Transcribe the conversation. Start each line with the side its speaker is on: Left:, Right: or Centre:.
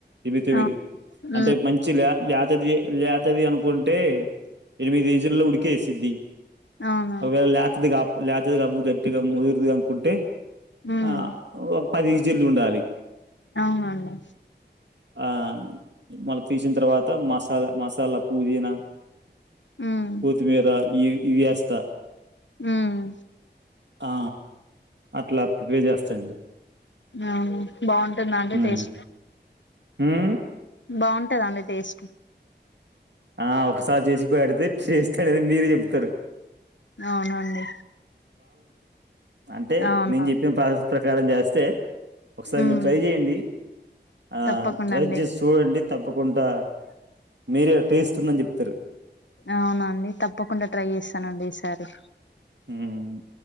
Right: ఇవి తొమిది
Left: అవు
Right: అంటే
Left: ఉమ్
Right: మంచి లే లేతది లేతది అనుకుంటే టే ఎనిమిది వెస్సెల్ లో ఉడికేసిద్ది
Left: అవునా
Right: ఒకేళ లేతది కా లేతది కాక గట్టిగా ముదుర్ది అనుకుంటే
Left: ఉమ్
Right: ఆ ఒక పది ఇజిల్లు ఉండాలి.
Left: అవునండి
Right: ఆ మళ్ళా తీసిన్ తర్వాత మసాల మసాలా పుదీనా
Left: ఉమ్
Right: కోతిమీర ఈ ఇయేస్త
Left: మ్మ్
Right: ఆ ఇట్లా ప్రిపేర్ జేస్తాండి
Left: అవును బాగుంటుందా అండి
Right: మ్మ్
Left: టేస్ట్
Right: మ్మ్
Left: బాగుంటద అండి టేస్ట్
Right: ఆ ఒకసారి జేసి పెడితే చేస్తాడేద మీరే జేప్తరు
Left: అవునండి
Right: అంటే
Left: అవునా
Right: నేను జేప్పిన పాసేస్ ప్రకారం జేస్తే ఒకసారి
Left: మ్మ్
Right: మీరు ట్రై జేయండి. ఆ
Left: తప్పకుండా
Right: ట్రై
Left: అండి
Right: జేష్ చూడండి. తప్పకుంటా మీరే టేస్ట్ ఉందని జెప్తరు.
Left: అవునండి తప్పకుండా ట్రై చేస్తానండి ఈసారి
Right: మ్మ్